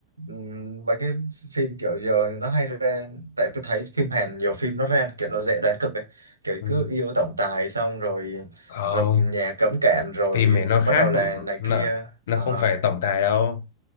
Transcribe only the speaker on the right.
ừm, mấy cái phim kiểu giờ nó hay ra tại tôi thấy phim Hàn nhiều phim nó ra kiểu nó dễ đoán cực ấy kiểu
cứ yêu tổng tài xong rồi
rồi nhà cấm cản rồi
bắt đầu là này
kia
Ờ,